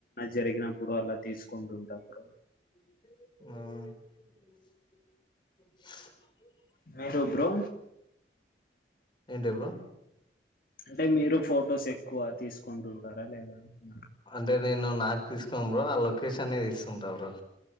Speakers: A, on the left; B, on the left.
A: జరిగినప్పుడు పుగార్ల తీసుకుంటుంటుప్పుడు
B: మ్మ్
A: మరు బ్రో
B: ఏంటి బ్రో
A: అంటే మీరు ఫొటోసే క్కువ తీసుకుంటుంటారా లేదా అన్నరు
B: అంటే నేను నాకు తీసుకోం బ్రో ఆ లోకేషన్ ని తీస్తుంటా బ్రో